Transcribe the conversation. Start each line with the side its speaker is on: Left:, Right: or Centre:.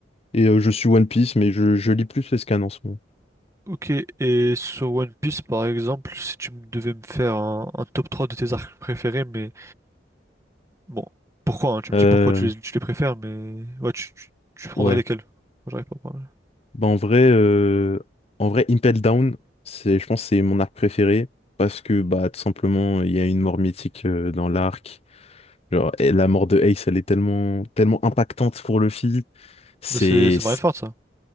Left: Et euh, je suis One Piece, mais je, je lis plus les scans en ce moment.
Right: Ok, et sur One Piece, par exemple, si tu me devais me faire un, un top 3 de tes arcs préférés, mais bon, pourquoi, hein, tu me
Left: Euh,
Right: dis pourquoi tu les, tu les préfères, mais ouais, tu, tu, tu prendrais
Left: ouais.
Right: lesquels? Moi, J'arrive pas à parler.
Left: Ben, en vrai, euh, en vrai, Impel Down, c'est, je pense que c'est mon arc préféré parce que bah, tout simplement, il y a une mort mythique euh, dans l'arc. Genre, et la mort de Ace, elle est tellement, tellement impactante pour Luffy. C'est.
Right: Mais c'est c'est Marineford, ça?